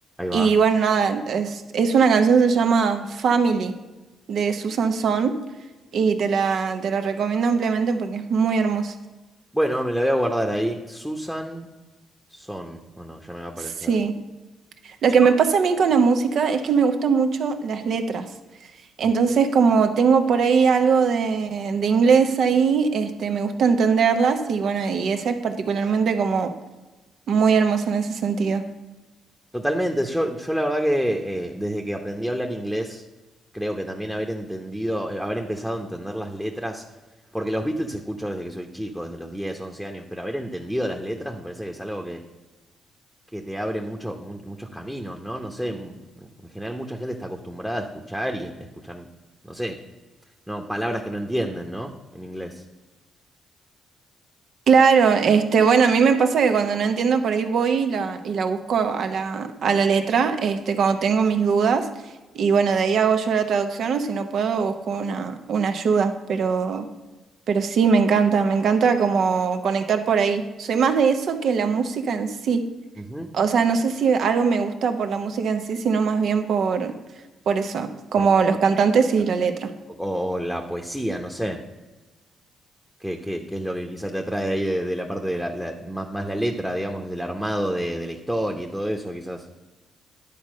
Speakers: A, in the centre; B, on the right.
A: va.
B: Y bueno, nada, es, es una canción que se llama Family de Susan Son y te la, te la recomiendo ampliamente porque es muy hermosa.
A: Bueno, me la voy a guardar ahí. Susan Son. Bueno, ya me va a aparecer.
B: Sí. Lo
A: Son.
B: que me pasa a mí con la música es que me gustan mucho las letras. Entonces,
A: Mm.
B: como tengo por ahí algo de, de inglés ahí, este, me gusta entenderlas y bueno, y esa es particularmente como muy hermosa en ese sentido.
A: Totalmente. Yo, yo la verdad que eh, desde que aprendí a hablar inglés, creo que también haber entendido, eh, haber empezado a entender las letras, porque los Beatles escucho desde que soy chico, desde los 10 11 años, pero haber entendido las letras me parece que es algo que te abre mucho- mu- muchos caminos, ¿no? No sé, m- en general mucha gente está acostumbrada a escuchar y en- escuchar, no sé, no, palabras que no entienden, ¿no? En inglés.
B: Claro, este, bueno, a mí me pasa que cuando no entiendo por ahí voy y la, y la busco a la, a la letra, este, cuando tengo mis dudas, y bueno, de ahí hago yo la traducción, o si no puedo, busco una, una ayuda, pero, pero sí, me encanta, me encanta como conectar por ahí. Soy más de eso que la música en sí.
A: Ujú.
B: O sea, no sé si algo me gusta por la música en sí, sino más bien por, por eso, como
A: Por la-
B: los cantantes
A: <laughs>
B: y la letra.
A: o, o la poesía, no sé, qué, qué- qué es lo que quizás te atrae ahí de, de la parte de la, la- más, más la letra, digamos, del armado de, de la historia y todo eso, quizás.